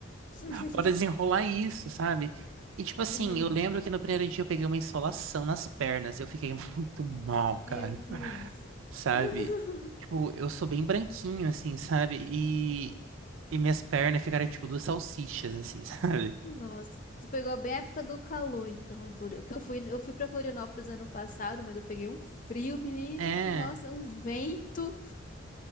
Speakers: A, on the left; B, on the right.
A: <laughs>
B: Bora desenrolar isso, sabe? E tipo assim,
A: Ah,
B: eu lembro que no primeiro dia eu peguei uma insolação nas pernas. Eu fiquei <laughs> muito mal, cara.
A: meu Deus.
B: Sabe?
A: <laughs>
B: Tipo, eu sou bem branquinho, assim, sabe? E, e minhas pernas ficaram tipo duas salsichas, assim, <laughs> sabe?
A: Nossa, tu pegou bem a época do calor, então, em Florianópolis. Que eu fui, eu fui para Florianópolis ano passado, mas eu peguei um frio, menino,
B: É,
A: que nossa, um vento.